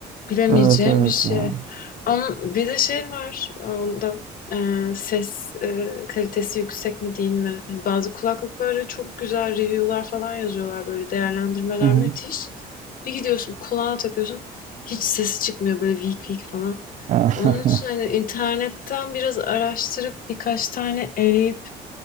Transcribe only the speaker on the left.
bilemeyeceğim
bir şey.
Ama bir de şey var onda, eee, ses, eee, kalitesi yüksek mi değil mi? Hani bazı kulaklıklara çok güzel review'lar falan yazıyorlar böyle değerlendirmeler
müthiş. Bir gidiyorsun kulağına takıyorsun hiç sesi çıkmıyor böyle vik vik falan.
Onun için hani internetten biraz araştırıp birkaç tane eleyip